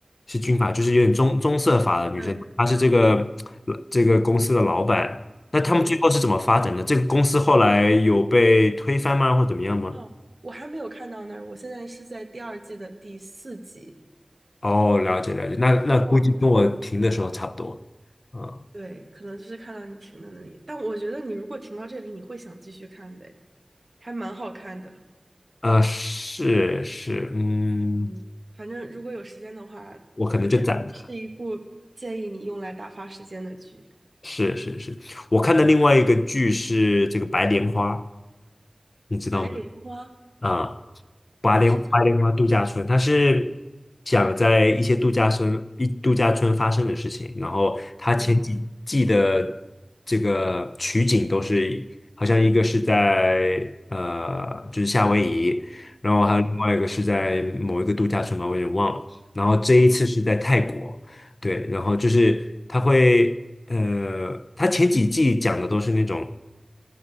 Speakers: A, on the left; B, on the right.
A: 是金发，就是有点棕棕色发的女生，
B: 对，
A: 她是这个这个公司的老板。那他们最后是怎么发展的？
B: 嗯，
A: 这个公司后来有被推翻吗，或怎么样吗？
B: 哦，我还没有看到那儿，我现在是在第二季的第四集。
A: 哦，了解了解，那那估计跟我停的时候差不多。
B: 一共，
A: 嗯，
B: 对，可能就是看到你停在那里。但我觉得你如果停到这里，你会想继续看的还蛮好看的。
A: 啊，是是，嗯，
B: 嗯，反正如果有时间的话，
A: 我可能就攒着。
B: 对，可以是一部建议你用来打发时间的剧。
A: 是是是，我看的另外一个剧是这个《白莲花》，你知道吗？
B: 《白莲花》
A: 啊。白莲白莲花度假村，
B: 它是讲什么的？
A: 它是讲在一些度假村一度假村发生的事情，然后它前几季的
B: 嗯
A: 这个取景都是好像一个是在呃就是夏威夷，然后还有另外一个是在某一个度假村吧，
B: 嗯，
A: 我有点忘了，然后这一次是在泰国，对，然后就是它会呃，它前几季讲的都是那种。